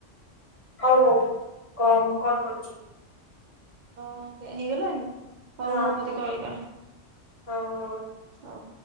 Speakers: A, on the left; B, on the right.
A: ହଉ ହଉ କହ ମୁଁ କଲ୍ କରୁଚି।
B: ଓ ହେଇଗଲାଣି ହଉ
A: ହଁ
B: ହଉ ମତେ କଲ୍ କର।
A: ହଉ ହଉ। ହଉ।
B: ହୋଉ।